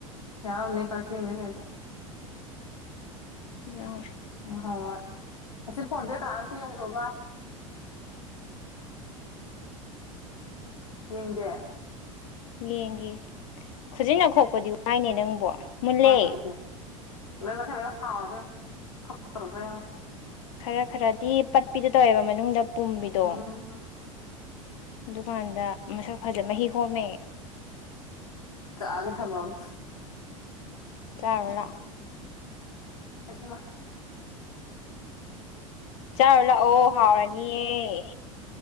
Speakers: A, on the left; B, on the left.
A: ꯌꯥꯎ ꯅ ꯀꯁꯤꯕꯥꯢ
B: ꯌꯥꯎꯔꯦ
A: ꯑ ꯍꯣꯏ ꯍꯣꯏ ꯑꯁꯤ ꯐꯣꯟꯁꯦ ꯀꯅꯥ ꯑꯝꯇ ꯌꯦꯡꯖꯕ ꯌꯦꯡꯗꯦ
B: ꯌꯦꯡꯒꯦ ꯈꯨꯖꯤꯅ ꯈꯣꯛꯄꯗꯤ ꯋꯥꯏꯅꯦ ꯅꯪꯕꯣ ꯃꯨꯜꯂꯦ
A: ꯇ ꯑꯗꯨ ꯊ ꯂꯣꯏ ꯄꯁ ꯍꯥꯥꯎꯔ ꯐꯇꯔ ꯄ
B: ꯈꯔ ꯈꯔꯗꯤ ꯄꯠꯄꯤꯗꯨꯣ ꯇꯧꯋꯦꯕ ꯃꯅꯨꯡꯗ ꯄꯨꯝꯕꯤꯗꯣ
A: ꯎꯝ ꯎꯝ
B: ꯗꯨꯀꯥꯟꯗ ꯃꯁꯛ ꯐꯖ ꯃꯍꯤ ꯍꯣꯝꯃꯦ
A: ꯆꯥꯒꯦ ꯊꯃꯝ
B: ꯀꯦꯔꯂꯥ
A: ꯐ
B: ꯆꯥꯔꯣ ꯂꯥꯛꯑꯣ ꯍꯥꯎꯔꯅꯤꯌꯦ